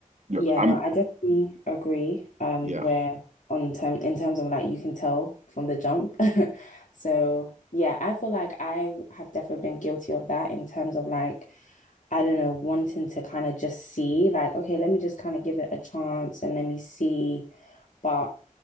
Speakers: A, on the right (about 60°); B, on the left (about 65°).
A: look,
B: Yeah,
A: I'm
B: no, I definitely agree. Um,
A: yeah,
B: where on term in terms of like you can tell from the jump. <laughs> So yeah, I feel like I have definitely been guilty of that in terms of like, I don't know, wanting to kind of just see, like, okay, let me just kind of give it a chance and let me see. But